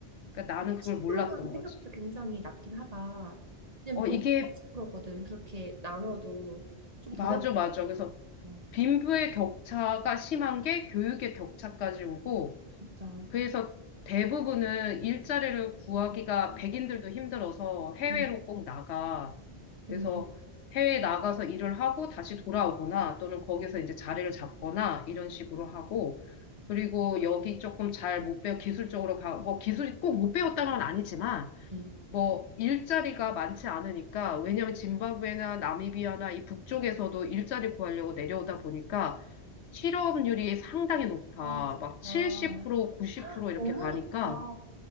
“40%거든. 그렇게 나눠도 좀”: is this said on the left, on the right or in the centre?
Right